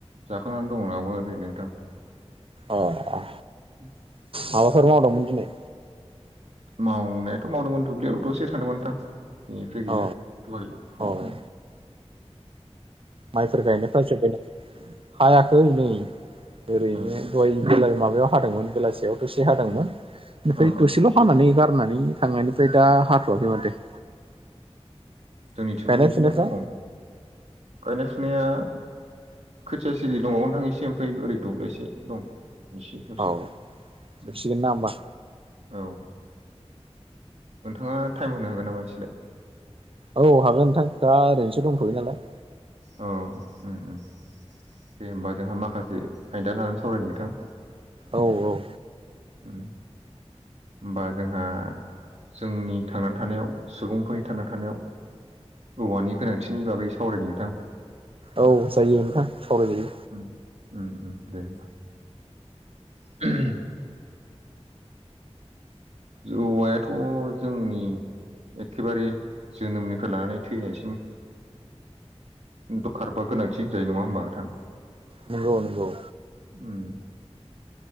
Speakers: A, on the right; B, on the right.
A: जाखांनानै दं मोन आंबो ओरैनो नोंथां
B: अ-अ
A: <inaudible>
B: माबाफोर मावदोंमोन दिनै
A: मावनायाथ' मावदोंमोन दुब्लियाव' दसे थांदोंमोन नोंथां बेनिफ्राय गैया
B: अ
A: दहाय संनाय
B: औ माइफोर गायनायफ्रा जोबबाय नामा हायाखै नै ओरैनो
A: उम
B: दहाय बेला माबायाव हादोंमोन बेलासियाव दसे हादोंमोन ओमफ्राय
A: उम उम
B: दसेल' हानानै गारनानै थांनायनिफ्राय दा हाथ'वाखै माथो
A: जोंनिथिंबो
B: गायनाय
A: बिदिनो
B: फुनायफ्रा
A: फुङाव गायनाय फुनाया खोथिया सिलि दंबावो नोथां एसे ओमफ्राय ओरै दब्लायसे दं एसे दसे
B: औ
A: उम
B: जोबसिगोन ना होमबा
A: औ नोंथांङा टाइम होनो हागोन नामा इसेलाय
B: औ हागोन नोंथां दा ओरैनोसो दंथ'यो नालाय
A: औ ओम दे होमबा जोंहा माखासे आयदा लानानै सावरायदों नोंथां
B: औ-औ
A: होमबा जोंहा जोंनि थांनानै थानायाव सुबुंफोरनि थांना थानायाव औवानि गोनांथिनि बागै सावरायनो नोंथां
B: औ जायो नोंथां सावराय जायो
A: उम-उम-उम दे होमबा <unintelligible> औवायाथ' जोंनि एखेबारे जोनोमनिफ्राय लानानै थैनायसिम दरखारबा गोनांथि होनजायो नंङा होमबा नोंथां
B: नंगौ नंगौ
A: ओम